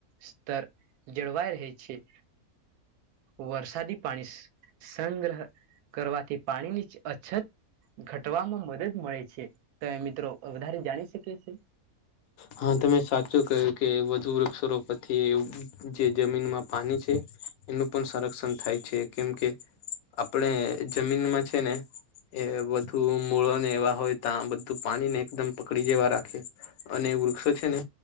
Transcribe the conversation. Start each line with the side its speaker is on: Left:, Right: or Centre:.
Right: સ્તર જળવાઈ રહે છે. વરસાદી પાણી સ સંગ્રહ કરવાથી પાણીની છ અછત ઘટવામાં મદદ મળે છે. તો એ મિત્ર વધારે જાણી શકીએ છે?
Left: હા. તમે સાચો કહ્યું કે વધુ વૃક્ષો રોપવાથી જે જમીનમાં પાણી છે એનું પણ સંરક્ષણ થાય છે, કેમ કે આપણે જમીનમાં છે ને એ વધું મૂળો ને એવા હોય ત્યાં બધું પાણી ને એકદમ પકડી જેવા રાખે. અને વૃક્ષો છે ને,